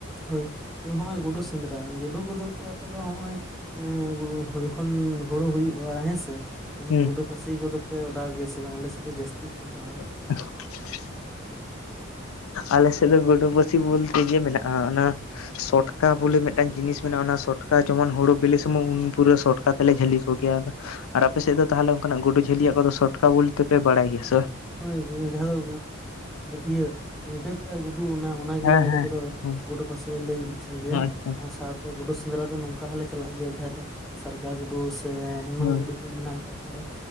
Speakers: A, in the centre; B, on the left.
A: ᱦᱳᱭ ᱛᱚᱵᱮ ᱦᱚᱸᱜ-ᱚᱭ ᱜᱩᱰᱩ ᱥᱮᱸᱫᱽᱨᱟ ᱜᱩᱰᱩ ᱠᱚᱫᱚ ᱯᱮ ᱟᱯᱮ ᱫᱚ ᱦᱚᱜ-ᱚᱭ ᱮᱸ ᱡᱚᱠᱷᱚᱱ ᱦᱳᱲᱳ ᱦᱩᱭᱩᱜ-ᱟ ᱦᱮᱸᱥᱮ ᱛᱚᱠᱷᱚᱱ
B: ᱦᱩᱸ
A: ᱜᱩᱰᱩ ᱯᱟᱹᱥᱤ ᱠᱚᱫᱚᱯᱮ ᱚᱰᱟᱣ ᱜᱮᱭᱟ ᱥᱮ ᱵᱟᱝ? ᱟᱞᱮᱥᱮᱫ ᱫᱚ ᱡᱟᱹᱥᱛᱤ ᱠᱚ ᱚᱰᱟᱣᱟ᱾
B: ᱦ <unintelligible> ᱟᱞᱮ ᱥᱮᱫ ᱫᱚ ᱜᱩᱰᱩ ᱯᱟᱹᱥᱤ ᱵᱚᱞᱛᱮ ᱜᱮ ᱢᱮᱱᱟᱜ-ᱟ ᱚᱱᱟ ᱥᱚᱴᱠᱟ ᱵᱚᱞᱮ ᱢᱤᱫᱴᱟᱝ ᱡᱤᱱᱤᱥ ᱢᱮᱱᱟᱜ-ᱟ ᱚᱱᱟ ᱥᱚᱴᱠᱟ ᱡᱮᱢᱚᱱ ᱦᱩᱲᱩ ᱵᱤᱞᱮ ᱥᱩᱢᱚᱭ ᱩᱱ ᱯᱩᱨᱟᱹ ᱥᱚᱴᱠᱟ ᱛᱮᱞᱮ ᱡᱟᱹᱞᱤ ᱠᱚᱜᱮᱭᱟ ᱟᱨ ᱟᱯᱮ ᱥᱮᱫ ᱫᱚ ᱛᱟᱦᱚᱞᱮ ᱚᱱᱠᱟᱱᱟᱜ ᱜᱩᱰᱩ ᱡᱷᱟᱹᱞᱤᱭᱟᱜ ᱠᱚᱫᱚ ᱥᱚᱴᱠᱟ ᱵᱚᱞᱛᱮᱯᱮ ᱵᱟᱲᱟᱭ ᱜᱮᱭᱟ ᱥᱮ ᱵᱟᱝ?
A: ᱦᱳᱭ ᱡᱟᱦᱟᱸ ᱫᱚ ᱤᱭᱟᱹ ᱨᱤᱰᱟᱹ ᱠᱟᱜ-ᱟ ᱜᱩᱰᱩ ᱚᱱᱟ ᱚᱱᱟ ᱜᱮᱞᱮ
B: ᱦᱮᱸ
A: ᱟᱞᱮ
B: ᱦᱮᱸ
A: ᱫᱚᱞᱮ
B: ᱦᱩᱸ
A: ᱜᱩᱰᱩ ᱯᱟᱥᱮ ᱞᱮ ᱞᱟᱹᱭ ᱜᱮ ᱛᱟᱦᱮᱱ ᱜᱮᱭᱟ
B: ᱟᱪᱪᱷᱟ
A: ᱟᱨ ᱥᱟᱶ ᱜᱩᱰᱩ ᱥᱮᱸᱫᱽᱨᱟ ᱫᱚ ᱱᱚᱝᱠᱟ ᱦᱚᱞᱮ ᱪᱟᱞᱟᱜ ᱜᱮᱭᱟ ᱡᱟᱦᱟᱸ ᱫᱚ ᱥᱟᱨᱜᱟ ᱜᱩᱰᱩ ᱥᱮ ᱮᱢᱟᱱ
B: ᱦᱩᱸ
A: ᱜᱩᱰᱩ ᱢᱮᱱᱟᱜ ᱟᱠᱟᱜ ᱠᱚᱣᱟ